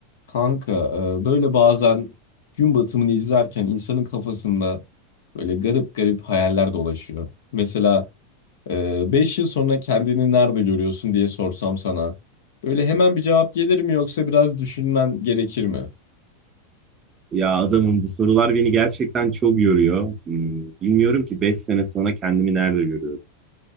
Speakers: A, on the left (about 70°); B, on the right (about 15°).
A: Kanka e, böyle bazen gün batımını izlerken insanın kafasında böyle garip garip hayaller dolaşıyor. Mesela e, 5 yıl sonra kendini nerede görüyorsun diye sorsam sana. Böyle hemen bir cevap gelir mi yoksa biraz düşünmen gerekir mi?
B: Ya adamım bu sorular beni gerçekten çok yoruyor. Hmm, Bilmiyorum ki 5 sene sonra kendimi nerede görüyorum.